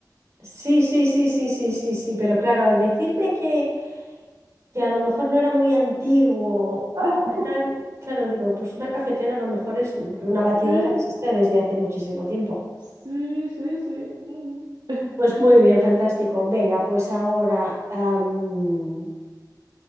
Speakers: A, on the right; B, on the right.
A: Sí, sí, sí, sí, sí, sí, sí, pero claro, al decirme que que a lo mejor no era muy antiguo,
B: Ah,
A: pero
B: <laughs>
A: tal, claro, digo, pues una cafetera a lo mejor es, una batidora
B: sí,
A: existe desde hace muchísimo tiempo.
B: sí, sí, sí. Mm. <laughs>
A: Pues muy bien, fantástico. Venga, pues ahora am,